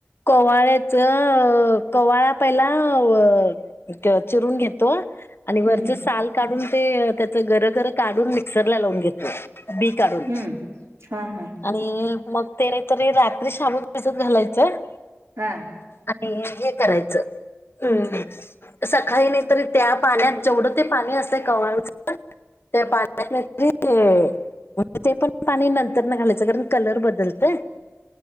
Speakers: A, on the left; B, on the right.
A: कोवाहाळ्याच कवा्हाळा पहिला अ... - त्यो चिरून घेतो- आणि वरचे
B: हम्म
A: साल काढून ते त्याचं गर, गरं काढून मिक्सरला लावून घेतो. बी काढून
B: हम्म हां हां
A: आणि मग ते नाहीतरी रात- थ्री शाबु भिजत घालायचं-
B: हा.
A: आणि हे करायचं, हम्म- <unintelligible> सकाळी नाही तरी, त्या पाण्यात जेवढं ते पाणी असते कवाळुच- त्या पाण्यात मिरची
B: हां
A: <unintelligible> ते पण पाणी नंतरन घालायचं, कारण कलर बदलतय.